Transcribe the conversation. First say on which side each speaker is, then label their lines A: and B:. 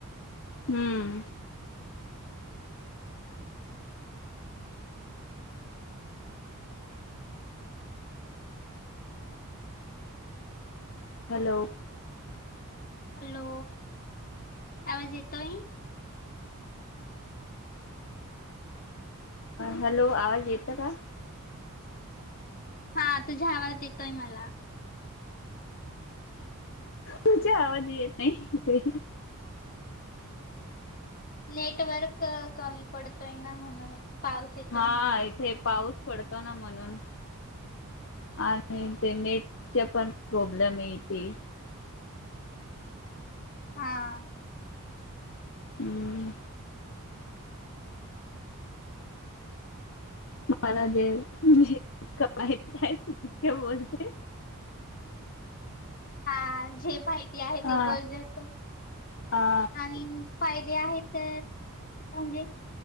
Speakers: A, on the left; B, on the left.
A: हम्म हॅलो
B: हॅलो आवाज येतोय?
A: हॅलो आवाज येतो का?
B: हा तुझाआवाज येतोय मला
A: तुझ आवाज येत नाही इथे
B: नेटवर्क कमी पडतोय ना म्हणून पाऊस येतोय
A: हा
B: म्हणून.
A: इथे पाऊस पडतो ना म्हणून आणि ते नेटचे पण प्रॉब्लेम येते.
B: हा
A: हम्म, मला दे म्हणजे जितकं माहित आहे तितकं बोलते
B: हा जे माहिती आहे
A: हा
B: ते बोल जा तर
A: हा
B: आणि फायदे आहेत. तर म्हणजे